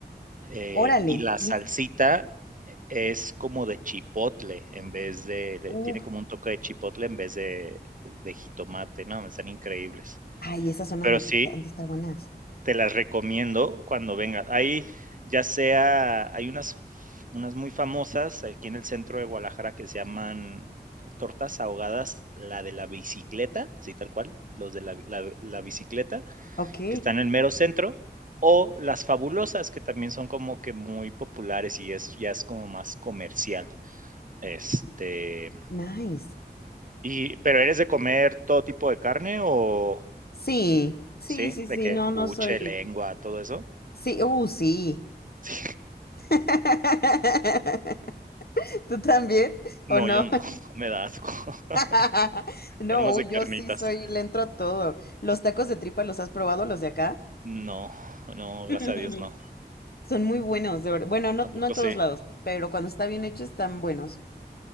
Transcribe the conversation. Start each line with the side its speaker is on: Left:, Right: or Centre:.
Right: eh,
Left: órale.
Right: y la
Left: Y
Right: salsita
Left: es,
Right: e, es como de chipotle en vez de, de-
Left: uf,
Right: tiene como un toque de chipotle en vez de, de jitomate, ¿no? Están increíbles.
Left: ay, esas son
Right: Pero
Left: las
Right: sí,
Left: que han de estar buenas.
Right: te las recomiendo cuando vengas. Ahí ya sea, hay unas, unas muy famosas aquí en el centro de Guadalajara que se llaman eh, tortas ahogadas, la de la bicicleta, así tal cual, los de la, la, la bicicleta,
Left: Ok,
Right: que están en el mero centro, o las fabulosas, que también son como que muy populares y es, ya es como más comercial. Este,
Left: nice.
Right: y, pero eres de comer todo tipo de carne o,
Left: Sí, sí,
Right: sí,
Left: sí, sí,
Right: de qué
Left: no,
Right: buche,
Left: no soy
Right: lengua, todo eso. <laughs>
Left: Sí, uh, sí.
Right: Sí.
Left: <laughs> ¿Tú también?
Right: No,
Left: ¿O no?
Right: yo no, <laughs> me da asco. <laughs>
Left: <laughs> No,
Right: Pero más
Left: uy,
Right: de carnitas.
Left: yo sí soy, le entro a todo. ¿Los tacos de tripa los has probado, los de acá?
Right: No, no,
Left: <laughs>
Right: gracias a Dios no.
Left: Son muy buenos, de verdad. Bueno, no,
Right: ¿A poco
Left: no en
Right: sí?
Left: todos lados, pero cuando está bien hecho están buenos.